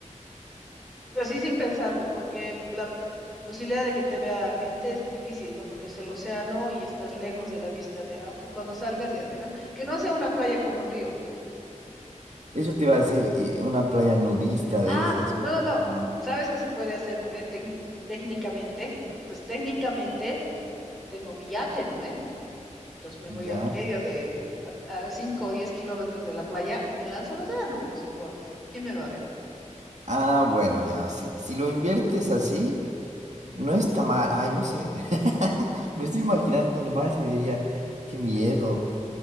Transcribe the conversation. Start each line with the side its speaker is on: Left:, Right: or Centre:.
Centre: Así sin pensarlo, porque la posibilidad de que te vea gente es difícil, ¿no? Porque es el océano y estás lejos de la vista de, aunque cuando salgas y así, ¿no? Que no sea una playa como río.
Right: eso te iba a decir, y una playa nudista
Centre: Ah,
Right: de esas, ¿sí?
Centre: no, no, no.
Right: ¿No?
Centre: Sabes que se puede hacer, ¿no ve? Técnic- técnicamente. Entonces, técnicamente tengo mi yate, ¿no ve? Entonces me voy
Right: Ya.
Centre: al medio de, a, a 5 o 10 kilómetros de la playa y me lanzo al océano, pues en bolas. ¿Quién me va a ver?
Right: Ah, bueno, ya, si, si lo inviertes así, no está mal. Ay, no sé. <laughs> Me estoy imaginando nomás y diría, qué miedo.